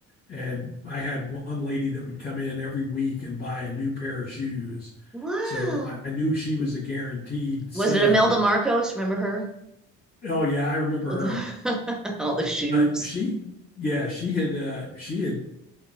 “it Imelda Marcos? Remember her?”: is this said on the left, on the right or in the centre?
Centre